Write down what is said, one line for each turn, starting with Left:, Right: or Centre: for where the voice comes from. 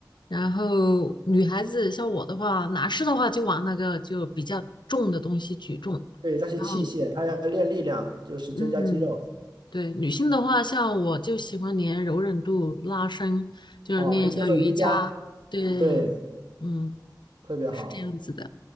Left: 然后女孩子像我的话，男士的话就玩那个就比较重的东西举重，
Right: 对，那些器械，
Left: 然后
Right: 它要练力量，就是增加肌肉。
Left: 嗯，对，女性的话，像我就喜欢练柔韧度、拉伸，就是练一下瑜伽，
Right: 啊，可以做做瑜伽，
Left: 对，
Right: 对，
Left: 嗯，
Right: 特别好，
Left: 是这样子的。